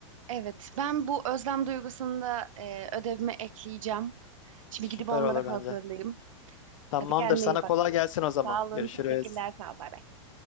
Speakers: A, on the right; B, on the left.
A: Evet, ben bu özlem duygusunu da e, ödevime ekleyeceğim. Şimdi
B: Süper
A: gidip onları
B: olur
A: hazırlayayım.
B: bence. Tamamdır.
A: Hadi kendine
B: Sana
A: iyi bak.
B: kolay gelsin o zaman.
A: Sağ olun,
B: Görüşürüz.
A: teşekkürler, sağ ol Bay bay.